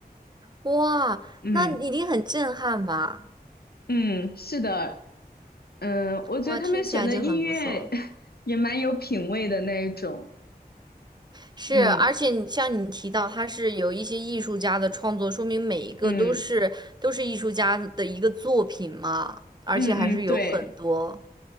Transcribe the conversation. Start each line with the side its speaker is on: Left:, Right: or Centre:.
Right: 哇，
Left: 嗯
Right: 那一定很震撼吧？
Left: 嗯，是的，嗯，我觉得他们选的音乐
Right: 哇，听起来就很不错。
Left: <laughs> 也蛮有品味的那一种。
Right: 是，
Left: 嗯
Right: 而且你像你提到，它是有一些艺术家的创作，说明每一个都是都是艺术家的一个作品嘛，
Left: 嗯
Right: 而且还是有很多，
Left: 嗯嗯，对